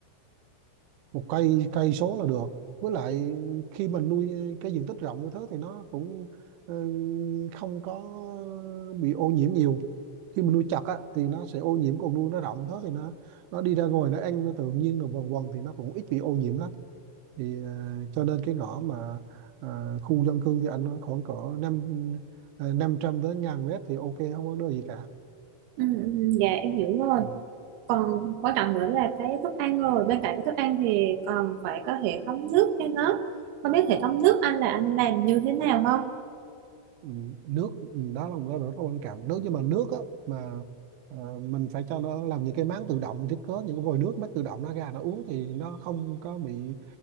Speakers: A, on the right (about 85°); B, on the right (about 70°).
A: một cây cây số là được. Với lại khi mình nuôi cái diện tích rộng như thế thì nó cũng ờ, không có bị ô nhiễm nhiều. Khi mình nuôi chặt á, thì nó sẽ ô nhiễm còn nuôi nó rộng thế thì nó nó đi ra ngoài nó ăn nó tự nhiên rồi quần quần thì nó cũng ít bị ô nhiễm lắm. Thì ờ, cho nên cái ngõ mà ờ, khu dân cư thì anh nói khoảng cỡ năm ờ, 500 đến ngàn mét thì ok không có vấn đề gì cả.
B: Ừ, ừ, dạ em hiểu rồi.
A: Ừ.
B: còn quan trọng nữa là cái thức ăn rồi bên cạnh cái thức ăn thì còn phải có hệ thống nước cho nó không biết hệ thống nước anh là anh làm như thế nào không
A: ừ, nước ừ, đó là một cái rất là quan trọng nếu như mà nước á mà ờ, mình phải cho nó làm những cái máng tự động thiết kế những cái vòi nước bắt tự động nó ra nó uống thì nó không có bị